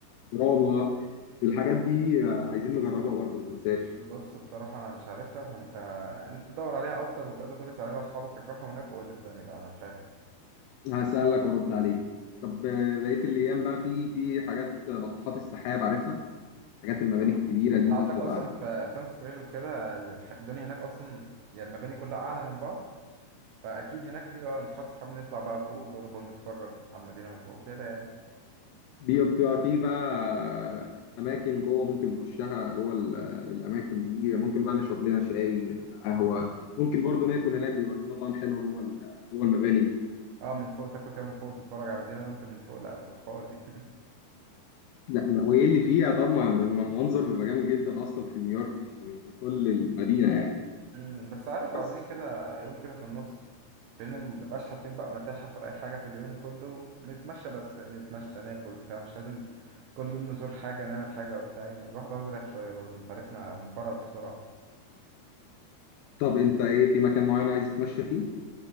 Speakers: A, on the left (about 80°); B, on the right (about 80°).
A: دراما الحاجات دي عايزين نجربها برضه ما تنساش
B: بص بصراحة أنا مش عارفها فأنت أنت دور عليها أكتر وبجد كل سنة على أصحابك اللي راحوا هناك وقول لي الدنيا بقى أنا مش عارف
A: هسألك وارد عليك طب بقيه الايام بقى في في حاجات ناطحات السحاب عارفها حاجات المباني
B: اه
A: الكبيره
B: ما أنت
A: دي
B: عندك
A: بتبقى
B: أصلا في تايم سكوير وكده الح- الدنيا هناك أصلا يعني المباني كلها أعلى من بعض فأكيد هناك في بقى نتحط صحاب نطلع بقى فوق والجو ده كله نتفرج على المدينة من فوق كده يعني
A: بي- بيبقى في بقى اماكن جوه ممكن نخشها جوه ال- الاماكن دي ممكن بقى نشرب لنا شاي قهوه ممكن برضو ناكل هناك بيبقى في مطاعم حلوه جوه ال- جوه المباني دي
B: أه من فوق تاكل كده من فوق تتفرج على المدينة وأنت من فوق لأ طب حوار دي
A: لا ما- وايه اللي فيها طبعا المنظر بيبقى جامد جدا اصلا في نيويورك في, في كل المدينه يعني
B: مم، بس عارف
A: بس
B: عاوزين كده يوم كده في النص لان مبقاش حاطين بقى متاحف ولا اي حاجه في اليوم كله نتمشى بس يعني نتمشى ناكل بتاع مش لازم كل يوم نزور حاجه نعمل حاجه وبتاع يعني الواحد عاوز يريح شويه برضه انت عارفنا بنفرط بسرعه
A: طب انت ايه في مكان معين عايز تتمشى فيه